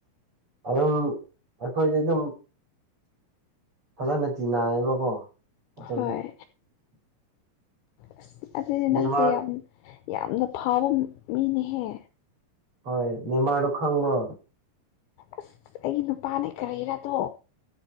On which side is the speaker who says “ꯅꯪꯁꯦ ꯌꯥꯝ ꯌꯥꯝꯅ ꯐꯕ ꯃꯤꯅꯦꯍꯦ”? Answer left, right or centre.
Left